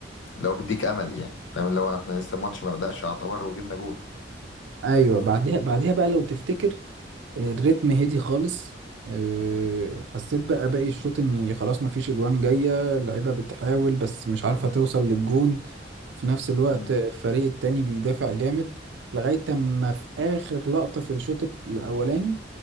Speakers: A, on the left; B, on the right.
A: لو بديك أمل يعني فاهم اللي هو احنا لسه الماتش ما بدأش يعتبر وجبنا جون
B: ايوه بعديها بعديها بقى لو تفتكر الريتم هدي خالص أه، حسيت بقى باقي الشوط اني خلاص مفيش اجوان جايه اللعيبه بتحاول بس مش عارفه توصل للجون في نفس الوقت
A: مم.
B: الفريق التاني بيدافع جامد لغايه اما في اخر لقطه في الشوط الاولاني